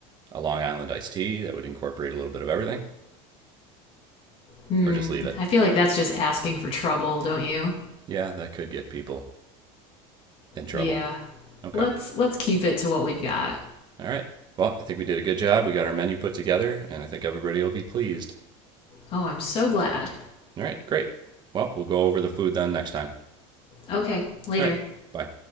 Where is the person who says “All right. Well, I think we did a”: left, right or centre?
Right